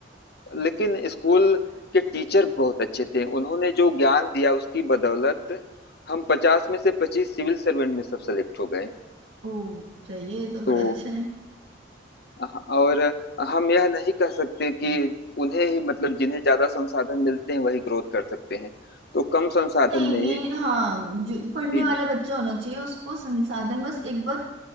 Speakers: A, on the left (about 55°); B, on the right (about 70°).
A: लेकिन स्कूल के टीचर बहुत अच्छे थे उन्होंने जो ज्ञान दिया उसकी बदौलत हम पचास में से पच्चीस सिविल सर्वेंट में सब सेलेक्ट हो गए
B: ओ सही है ये तो बड़ा
A: तो
B: अच्छा है
A: हाँ, और हम यह नहीं कह सकते कि उन्हें ही मतलब जिन्हें ज्यादा संसाधन मिलते हैं वही ग्रोथ कर सकते हैं तो कम संसाधन
B: नहीं
A: में ही
B: ये हाँ जो पढ़ने
A: जी
B: वाला
A: जी
B: बच्चा होना चाहिए उसको संसाधन बस एक बार